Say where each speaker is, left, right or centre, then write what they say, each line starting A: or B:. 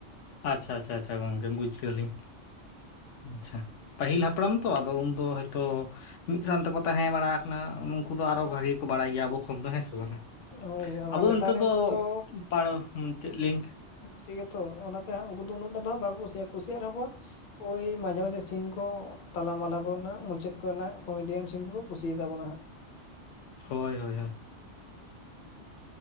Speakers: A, on the left; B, on the left.
A: ᱟᱪᱪᱷᱟ ᱟᱪᱪᱷᱟ ᱟᱪᱪᱷᱟ ᱜᱚᱝᱠᱮ ᱵᱩᱪ ᱠᱮᱫᱟᱞᱤᱧ ᱾ ᱟᱪᱪᱷᱟ, ᱯᱟᱹᱦᱤᱞ ᱦᱟᱯᱲᱟᱢ ᱛᱚ ᱟᱫᱚ ᱩᱱᱫᱚ ᱦᱚᱭ ᱛᱚᱼᱼ ᱢᱤᱫ ᱥᱟᱶ ᱛᱮᱠᱚ ᱛᱟᱦᱮᱸ ᱵᱟᱲᱟ ᱠᱟᱱᱟ ᱩᱱᱼᱼ ᱩᱱᱠᱩ ᱫᱚ ᱟᱨᱚ ᱵᱷᱟᱜᱮ ᱠᱚ ᱵᱟᱲᱟᱭ ᱜᱮᱭᱟ ᱟᱵᱚ ᱠᱷᱚᱱ ᱫᱚ ᱦᱮᱸ ᱥᱮ ᱵᱟᱝᱟ,
B: ᱦᱳᱭ ᱦᱳᱭ ᱵᱟᱠᱷᱟᱱ
A: ᱟᱵᱚ
B: ᱱᱮᱛᱟᱨ
A: ᱱᱤᱛᱚᱜ
B: ᱨᱮᱱ
A: ᱫᱚᱼᱼ
B: ᱛᱚ
A: ᱯᱟᱲᱚᱢ ᱪᱮᱫ ᱞᱤᱝᱠᱼᱼ
B: ᱴᱷᱤᱠ ᱜᱮᱭᱟᱛᱚ, ᱚᱱᱟᱛᱮ ᱩᱱᱠᱩ ᱫᱚ ᱩᱱᱟᱹᱜ ᱴᱟ ᱫᱚ ᱵᱟᱠᱚ ᱠᱩᱥᱟᱜᱼᱟ ᱠᱩᱥᱤᱭᱟᱜ ᱨᱮᱦᱚᱸ ᱠᱚᱼᱼ ᱳᱭ ᱢᱟᱡᱷᱮ ᱢᱟᱡᱷᱮ ᱥᱤᱱ ᱠᱚ ᱛᱟᱞᱟ ᱢᱟᱞᱟ ᱠᱚᱨᱮᱱᱟᱜ ᱢᱩᱪᱟᱹᱫ ᱠᱚᱨᱮᱱᱟᱜ ᱠᱚᱢᱮᱰᱤᱭᱟᱱ ᱥᱤᱱ ᱠᱚ ᱠᱚ ᱠᱩᱥᱤᱭᱟ ᱛᱟᱵᱚᱱᱟ ᱦᱟᱸᱜ ᱾
A: ᱦᱳᱭ ᱦᱳᱭ ᱦᱳᱭ ᱾